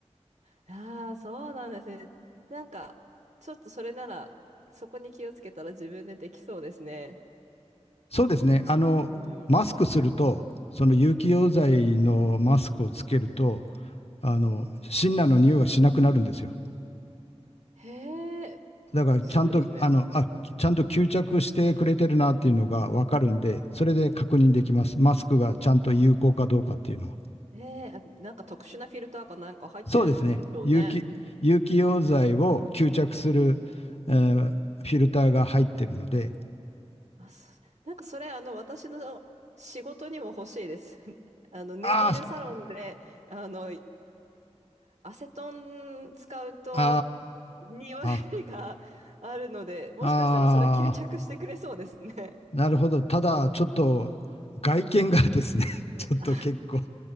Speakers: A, on the right; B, on the left.
A: <laughs> ああ、そうなんですね。なんか、ちょっとそれなら、そこに気をつけたら自分でできそうですね。
B: そうですね。あの、
A: うん。
B: マスクすると、その有機溶剤のマスクをつけると、あの、シンナーの匂いがしなくなるんですよ。
A: へえ、
B: だからちゃんと、
A: すごいですね。
B: あの、あ、ちゃんと吸着してくれてるなっていうのがわかるんで、それで確認できます。マスクがちゃんと有効かどうかっていうのは。
A: へえ、あなんか特殊なフィルターかなんか入ってるんでしょうね。
B: そうですね。有機、有機溶剤を吸着する、えーフィルターが入ってるので、
A: あ、そなんかそれ、あの、私の仕事にも欲しいです。<laughs> あの、ネイルサロンで、
B: あーそ
A: あの、アセトン使うと、
B: あ
A: 匂
B: ー、
A: いがあるので、もしかしたらそれ吸着してくれそうですね。
B: あー、なるほど。ただ、ちょっと外見がですね、<laughs>
A: うんあ、
B: ちょっと結構